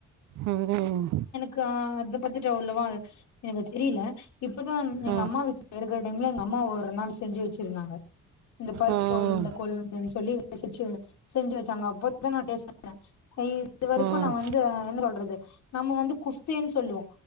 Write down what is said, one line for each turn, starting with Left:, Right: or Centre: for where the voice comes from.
Right: ம்
Left: கா அத பத்திட்டு அவ்ளவா எனக்கு தெரில இப்பதா எங்க
Right: ம்
Left: அம்மா வீட்ல இருக்கிற டைம்ல எங்க அம்மா ஒரு நாள் செஞ்சி வச்சிருந்தாங்க இந்த பருப்பு
Right: ம்
Left: உருண்ட கொழும்புன்னு சொல்லி <unintelligible> செஞ்சி வச்சாங்க அப்பதா நா டேஸ்ட் பண்ணே இது வரைக்கு
Right: ம்
Left: நா வந்து என்ன சொல்ற து நம்ம வந்து குப்தேன்னு சொல்லுவோ